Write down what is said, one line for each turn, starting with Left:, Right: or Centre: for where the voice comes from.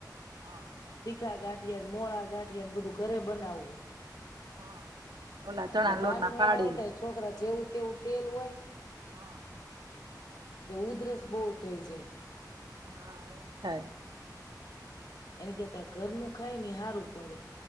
Right: હા
Left: તીખા ગાંઠ ઠિયાન મોળા ગાંઠિયાને બધું ઘરે બનાવવું હું.
Right: હા. ઓલા ચણા
Left: એટલે બારનુ
Right: લોટ ના પાડીને
Left: એમાં આવું થાય છોકરા જેવું તેવું તેલ હોય
Right: હા.
Left: એટલે ઉધરસ બહુ થઈ જાય.
Right: હા, એમ થાય.
Left: એને કેતા ઘરનું ખાયને હારું પડે.